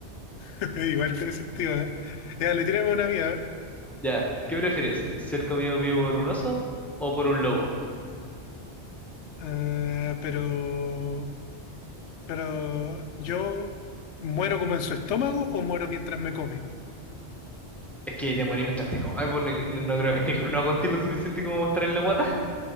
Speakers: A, on the left (about 80°); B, in the centre.
A: <laughs> igual tiene sentido, ¿eh? Ya, le tiramos una mía, a ver.
B: Ya, ¿qué prefieres? ¿Ser comido vivo por un oso o por un lobo?
A: Ah, pero Pero yo muero como en su estómago o muero mientras me come.
B: Es que te morí mientras te comes, pues ni- ni- no, creo que <laughs> ninguno aguante lo suficiente como mostrar en la guata.